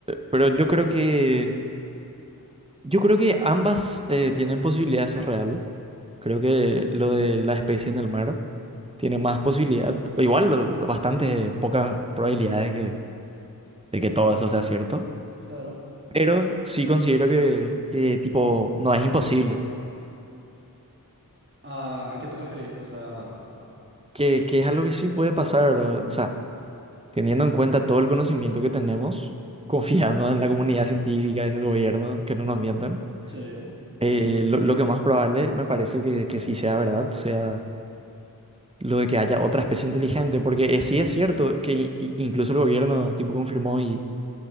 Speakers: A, on the right; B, on the right.
A: pero yo creo que yo creo que ambas eh, tienen posibilidad de ser real. Creo que lo de la especie en el mar. tiene
B: Ujú,
A: más posibilidad, o igual l- bastante pocas probabilidades que, de que todo eso sea cierto,
B: Claro.
A: pero sí considero que, que, tipo no es imposible,
B: ¿A, a qué te referís? O sea, a-
A: que, que es algo que sí puede pasar, ¿verdad? O sea, teniendo en cuenta todo el conocimiento que tenemos, <laughs> confiando
B: Sí,
A: en la comunidad científica, en el gobierno, que no nos mientan,
B: sí.
A: eh, lo, lo que más probable me parece que, que sí sea verdad, sea lo de que haya otra especie inteligente, porque eh, sí es cierto que i- i- incluso el gobierno tipo confirmó y